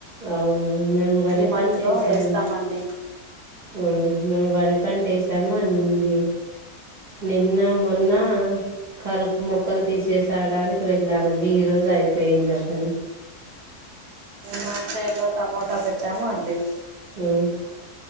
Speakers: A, on the right (about 40°); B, on the right (about 85°).
A: అవును మేము వరి
B: ఈ మంత్
A: పంటెసాము
B: లో వేస్తామండి
A: ఉమ్ మేము వరి పంట వేసామండి నిన్న మొన్న కలుపు మొక్కలు తీసేసడానికి వెళ్ళామండి ఈ రోజు అయిపోయిందాపని
B: మా చెన్లో టమోటా పెట్టాము అండి
A: ఉమ్